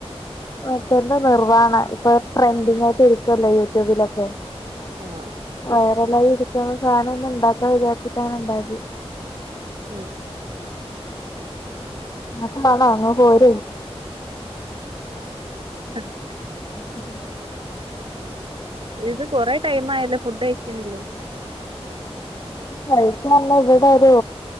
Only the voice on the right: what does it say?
ആഹ്
ഉം
<inaudible>
ഇത് കൊറെ ടൈം ആയല്ലേ ഫുഡ് കഴിക്കുന്നില്ലേ?